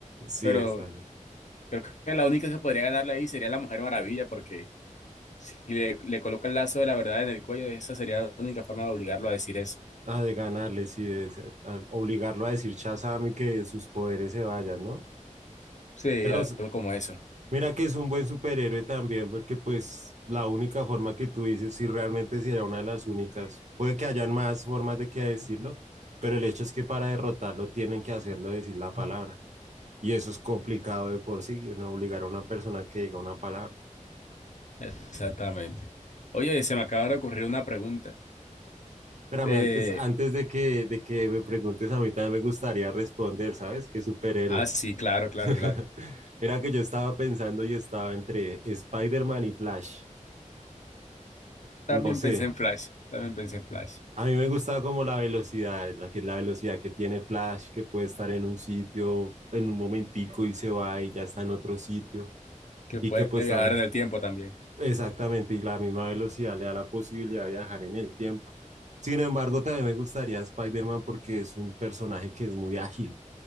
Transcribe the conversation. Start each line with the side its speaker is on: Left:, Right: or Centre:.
Right: Sí,
Left: Pero
Right: está bien.
Left: creo que la única que podría ganarle ahí sería la Mujer Maravilla porque y le, le coloca el lazo de la verdad en el cuello, esa sería la única forma de obligarlo a decir eso.
Right: Ah, de ganarle, sí, de ser- al obligarlo a decir Shazam y que sus poderes se vayan, ¿no?
Left: Sí,
Right: Pero
Left: algo
Right: s-
Left: como eso.
Right: mira que es un buen superhéroe también, porque pues la única forma que tú dices, si realmente si era una de las únicas, puede que hayan más formas de que decirlo, pero el hecho es que para derrotarlo tienen que hacerlo decir la palabra. Y eso es complicado de por sí, ¿no? Obligar a una persona que diga una palabra.
Left: Exactamente. Oye, se me acaba de ocurrir una pregunta.
Right: Espérame,
Left: Eh,
Right: antes, antes de que, de que me preguntes, a mí también me gustaría responder, ¿sabes? ¿Qué superhéroe?
Left: ah, sí, claro, claro,
Right: <laughs>
Left: claro.
Right: Era que yo estaba pensando y estaba entre Spider-Man y Flash.
Left: También
Right: No sé,
Left: pensé en Flash, también pensé en Flash,
Right: a mí me gusta como la velocidad, la que es la velocidad que tiene Flash, que puede estar en un sitio en un momentico y se va y ya está en otro sitio.
Left: que
Right: Y
Left: puede
Right: que pues
Left: viajar
Right: también
Left: en el tiempo también.
Right: exactamente, y la misma velocidad le da la posibilidad de viajar en el tiempo. Sin embargo, también me gustaría Spider-Man porque es un personaje que es muy ágil